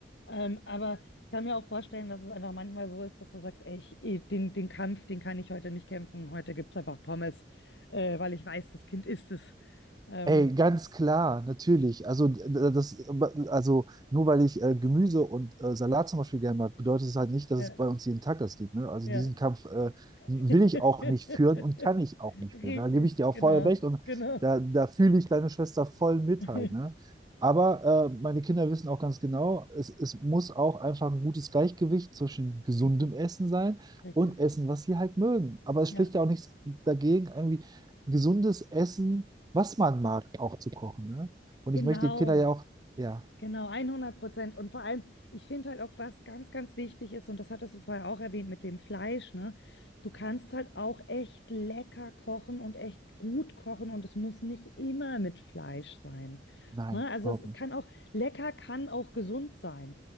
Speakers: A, on the left; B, on the right.
A: Ähm, aber ich kann mir auch vorstellen, dass es einfach manchmal so ist, dass du sagst, ey, ich, eh, den, den Kampf, den kann ich heute nicht kämpfen. Heute gibt es einfach Pommes, äh, weil ich weiß, das Kind isst es. Ähm,
B: Ey, ganz klar, natürlich. Also, d- d- das, also nur weil ich äh, Gemüse und äh, Salat zum Beispiel gerne mag, bedeutet es halt nicht, dass
A: ja,
B: es bei uns jeden Tag das gibt. Ne? Also
A: ja.
B: diesen Kampf äh,
A: <laughs>
B: will ich auch nicht führen und kann ich auch nicht
A: Richtig,
B: führen. Da gebe ich dir auch
A: genau,
B: voll recht und
A: genau.
B: da, da fühle ich deine Schwester voll mit
A: <laughs>
B: halt. Ne? Aber äh, meine Kinder wissen auch ganz genau, es, es muss auch einfach ein gutes Gleichgewicht zwischen gesundem
A: Richtig,
B: Essen sein
A: richtig.
B: und Essen, was sie halt mögen. Aber es
A: Ja,
B: spricht ja auch nichts dagegen, irgendwie gesundes Essen was man mag, auch zu kochen. Ne? Und
A: genau.
B: ich möchte die Kinder ja auch, ja,
A: Genau, 100 Prozent. Und vor allem, ich finde halt auch, was ganz, ganz wichtig ist, und das hattest du vorher auch erwähnt mit dem Fleisch, ne? Du kannst halt auch echt lecker kochen und echt gut kochen und es muss nicht immer mit Fleisch sein.
B: nein,
A: Ne? Also
B: überhaupt
A: es, es
B: nicht.
A: kann auch, lecker kann auch gesund sein.